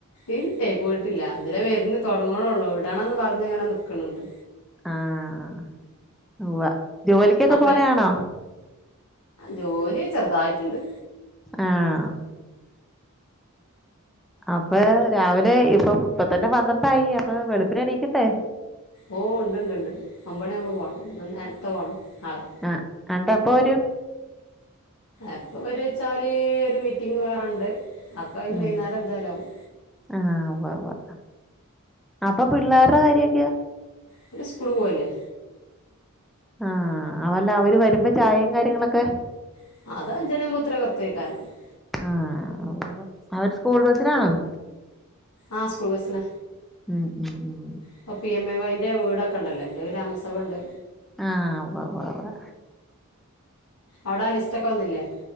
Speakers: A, on the left; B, in the centre.
A: ഇല്ലേ പോയിട്ടില്ല ഇതിലെ വരണ് തൊടങ്ങുണള്ളൂ വിടണന്ന് പറഞ്ഞ്ങ്ങനെ നിക്ക്ണ് ണ്ട്.
B: ആഹ് ഉവ്വ ജോലിക്കെക്കെ
A: അപ്പം
B: പോണയാണോ?
A: ജോലി ചെറുതായിട്ടുണ്ട്.
B: ആഹ്... അപ്പ രാവിലെ ഇപ്പൊ ഇപ്പ തന്നെ പന്ത്രണ്ടായി അപ്പൊ വെളുപ്പിനെണീക്കണ്ടെ-
A: ഓ ണ്ട്ണ്ട്ണ്ട് ഒമ്പണിയാവുമ്പോ പോണം ന്ന് നേരത്തെ പോണം നാളെ-
B: ആ ആണ്ട്ട് എപ്പൊ വരും.
A: എപ്പോ വരു വെച്ചാല് ഒരു മീറ്റിംങ് വേറണ്ട് ആ കഴിഞ്ഞ്
B: ഉം
A: വൈകുന്നേരം എന്തായാലാകും.
B: ആഹ് ഉവ്വവ്വാ അപ്പൊ പിള്ളേറെ കാര്യൊക്കെ-
A: അവര് സ്കൂള് പോവല്ലേ.
B: ആഹ് അല്ല അവര് വരുമ്പോ ചായേം കാര്യങ്ങളെക്കെ-
A: <unintelligible>
B: ആഹ് അവര് സ്കൂൾ ബസിനാണോ-
A: ആഹ് സ്കുൾ ബസ്സില
B: ഉം ഉം ഉം
A: പ്പ പി എം എ വൈ ഇന്റെ വീടൊക്കെണ്ടല്ലോ അയ്ന്റെ ഗ്രാമസഭണ്ട്
B: ആഹ് ഉവ്വവ്വവ്വ
A: അവിടാ ലിസ്റ്റക്കെ വന്നില്ലേ?